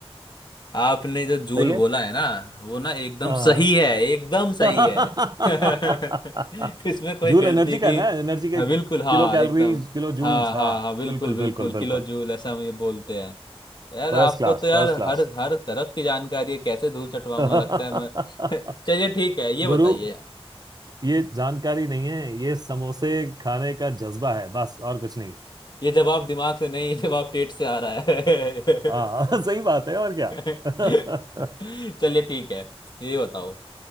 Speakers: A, on the left (about 45°); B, on the right (about 40°).
A: आपने जो जूल
B: सही है
A: बोला है ना वो ना एकदम
B: हाँ
A: सही है एकदम
B: <laughs>
A: सही है <laughs> इसमें कोई
B: जूल
A: गलती
B: एनर्जी का
A: की
B: है ना एनर्जी के
A: हाँ बिल्कुल हाँ
B: किलो कैलोरीज
A: एकदम
B: किलो
A: हाँ
B: जूल्स
A: हाँ
B: हाँ
A: हाँ बिल्कुल
B: बिल्कुल
A: बिल्कुल
B: बिल्कुल
A: किलो
B: बिल्कुल
A: जूल ऐसा हम ये बोलते हैं यार
B: First
A: आपको
B: class
A: तो यार
B: first class
A: हर हर तरफ की जानकारी है कैसे धूल चटवाऊंगा
B: <laughs>
A: लगता है मैं <laughs> चलिए ठीक है ये बताइए
B: गुरु ये जानकारी नहीं है ये समोसे खाने का जज्बा है बस और कुछ नहीं
A: ये जवाब दिमाग से नहीं ये जवाब पेट से आ रहा है
B: हाँ <laughs> सही बात है और क्या
A: <laughs>
B: <laughs> हम्म
A: चलिए ठीक है ये बताओ